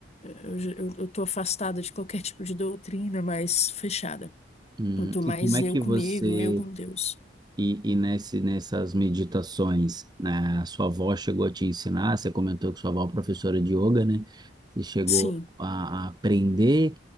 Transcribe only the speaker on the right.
Hum,
E como é
que
você,
e, e nesse, nessas meditações, né, a sua avó chegou a te ensinar, você comentou que sua avó é professora de yoga, né? Você chegou
a, a aprender